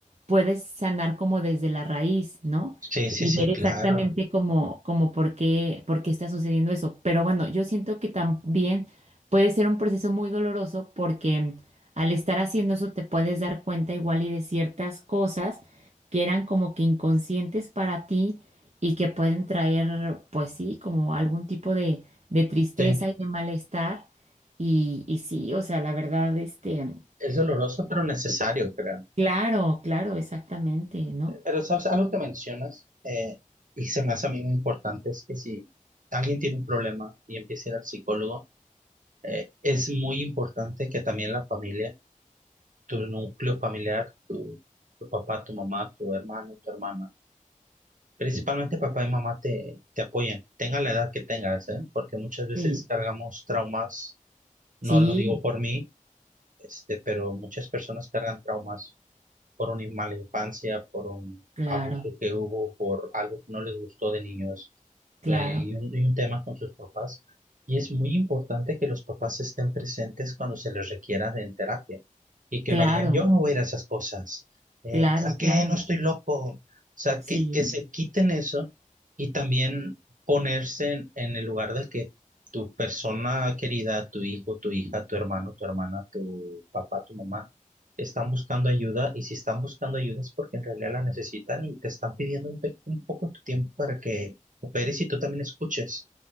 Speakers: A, on the right (about 55°); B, on the right (about 70°).
A: puedes sanar como desde la raíz, ¿no?
B: sí, sí,
A: Y
B: sí,
A: ver
B: claro.
A: exactamente como, como por qué, por qué está sucediendo eso. Pero bueno, yo siento que también puede ser un proceso muy doloroso porque mm, al estar haciendo eso te puedes dar cuenta igual y de ciertas cosas que eran como que inconscientes para ti y que pueden traer, pues sí, como algún tipo de, de tristeza
B: Sí,
A: y de malestar. Y, y sí, o sea, la verdad, este,
B: es doloroso, pero necesario, creo.
A: Claro, claro, exactamente, ¿no?
B: Pero sabes, algo que mencionas eh, y se me hace a mí muy importante es que si alguien tiene un problema y empieza a ir al psicólogo, eh, es muy importante que también la familia, tu núcleo familiar, tu, tu papá, tu mamá, tu hermano, tu hermana, principalmente papá y mamá te, te apoyen, tenga la edad que tengas, ¿eh? Porque muchas veces
A: Sí,
B: cargamos traumas, no
A: sí,
B: lo digo por mí, este, pero muchas personas cargan traumas por una mala infancia, por un
A: claro,
B: abuso que hubo, por algo que no les gustó de niños
A: claro,
B: eh, y un, y un tema con sus papás. Y es muy importante que los papás estén presentes cuando se les requiera en terapia y que
A: claro,
B: no digan, yo no voy a ir a esas cosas, eh,
A: claro,
B: ¿para qué?
A: claro,
B: No estoy loco. O sea,
A: sí,
B: que, que se quiten eso y también ponerse en, en el lugar de que tu persona querida, tu hijo, tu hija, tu hermano, tu hermana, tu papá, tu mamá, están buscando ayuda y si están buscando ayuda es porque en realidad la necesitan y te están pidiendo un, pe- un poco tu tiempo para que operes y tú también escuches.